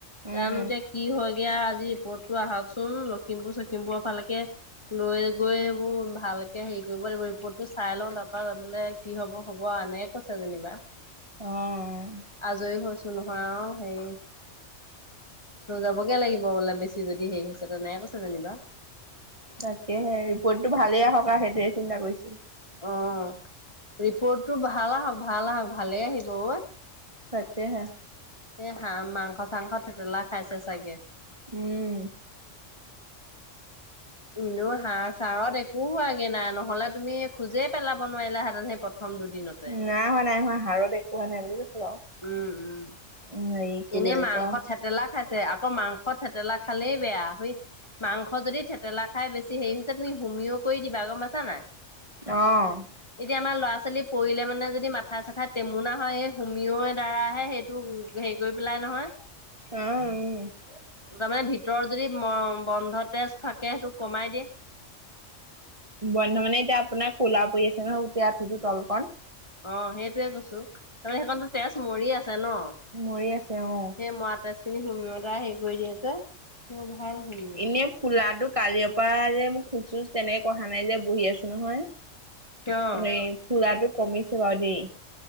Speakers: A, on the right; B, on the left.
A: উম
B: তেওঁলোকে কি হয়গে আজি ৰিপৰ্টটো আহকচোন লখিমপুৰ চখিমপুৰৰ ফালেকে লৈ গৈ সেইবোৰ ভালকে হেৰি কৰিব লাগিব ৰিপৰ্টটো চাই লওঁ তাৰ পৰা বোলে কি হ'ব হ'ব আও এনে কৈছে যেনিবা।
A: অৱ
B: আজৰি হৈছো নহয় অ হেৰি ত' যাবগে লাগিব বোলে বেছি যদি হেৰি হৈছে তেনেকে কৈছে যেনিবা।
A: তাকেহে ৰিপৰ্টটো ভালেই আহক আৰু সেইটোৱে চিন্তা কৰিছো।
B: অৱ, ৰিপৰ্টটো ভাল আহক ভাল আহক ভালেই আহিব ঐ।
A: তাকেহে।
B: এই হা মাংস চাংস থেতেলা খাইছে চাগে।
A: উম।
B: এইনো হাড় চাৰত একো হোৱাগে নাই নহ'লে তুমি খোজেইে পেলাব নোৱাৰিলা হেতেন সাধাৰণ সেই প্ৰথম দুদিনত।
A: নাই হোৱা নাই হোৱা হাড়ত একো হোৱা নাই বুলি কৈছে ন।
B: উম উম
A: উম হেৰী কি
B: এনে
A: বুলি
B: মাংস
A: কয়
B: থেতেলা খাইছে আকৌ মাংস থেতেলা খালেই বেয়া হৈত মাংস যদি থেতেলা খাই বেছি হেৰি হৈছে তুমি হুমিও কৰি দিবা গম পাছা নে নাই।
A: অৱ।
B: এতিয়া আমাৰ ল'ৰা ছোৱালী পৰিলে মানে যদি মাথা চাথাই টেমুনা হয় এই হুমিয় দ্বাৰা তাই সেইটো হেৰি কৰি পেলাই নহয়।
A: আৱ উম।
B: দুটামান ভিতৰত যদি বন্ধ তেজ থাকে সেইটো কমাই দিয়ে।
A: বন্ধ মানে এতিয়া আপোনাৰ ক'লা পৰি আছে ন গোট আঠুটো তলকণ।
B: অৱ সেইটোয়ে কৈছো তাৰ সেইখনো তেজ মৰি আছে। আছে ন।
A: মৰি আছে অ
B: সেই মৰা তেজ খিনি সুমিয় দ্ধাৰাই হেৰি কৰি দি যে। মোৰ ভাল হুমিঅ।
A: এনে ফুলাটো কালিৰ পৰা যে মোক খোজ চোজ তেনেকে কহা নাই যে বহি আছো নহয়।
B: অ
A: এই ফুলাটো কমিছে বাৰু দেই।